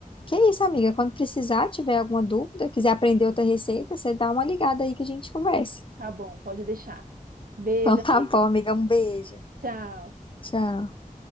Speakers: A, on the left (about 35°); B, on the right (about 85°).
A: Que é isso, amiga? Quando precisar, tiver alguma dúvida, quiser aprender outra receita, você dá uma ligada aí que a gente conversa.
B: Tá bom, pode deixar. Beijo,
A: Então
B: amiga.
A: tá bom, amiga. Um beijo.
B: Tchau.
A: Tchau.